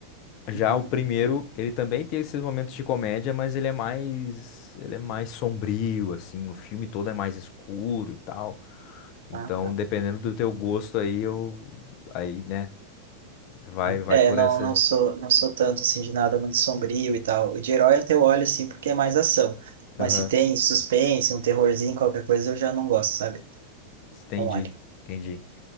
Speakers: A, on the left (about 40°); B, on the right (about 60°).
A: Já
B: uhum.
A: o primeiro, ele também tem esses momentos de comédia, mas ele é mais, ele é mais sombrio, assim, o filme todo é mais escuro e tal. Então,
B: Ah, tá.
A: dependendo do teu gosto aí, eu, aí, né, vai, vai
B: É,
A: por
B: não,
A: essa.
B: não sou, não sou tanto assim de nada muito sombrio e tal. O de herói até eu olho assim porque é mais ação. Mas
A: Aham,
B: se tem suspense, um terrorzinho, qualquer coisa, eu já não gosto, sabe?
A: Entendi,
B: Não olho.
A: entendi.